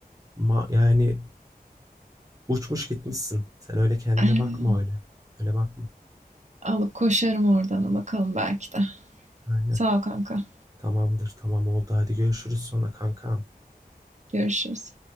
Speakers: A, on the right (about 20°); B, on the right (about 45°).
A: ma- yani uçmuş gitmişsin. Sen öyle kendine
B: Eee,
A: bakma öyle. Öyle bakma.
B: alıp koşarım oradan bakalım belki de.
A: Aynen.
B: Sağ ol kanka.
A: Tamamdır tamam oldu hadi görüşürüz sonra kankam.
B: Görüşürüz.